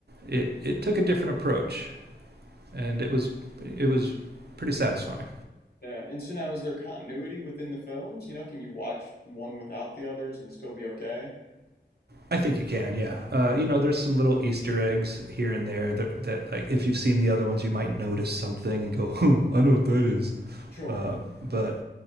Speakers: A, on the right; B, on the left.
A: it it took a different approach, and it was it was pretty satisfying.
B: Yeah. And so now is there continuity within the films? You know, can you watch one without the others and still be okay?
A: I think you can, yeah. Uh, you know, there's some little Easter eggs here and there that, that, like, if you've seen the other ones, you might notice something and go, huh, I know what that is.
B: Sure.
A: Uh, but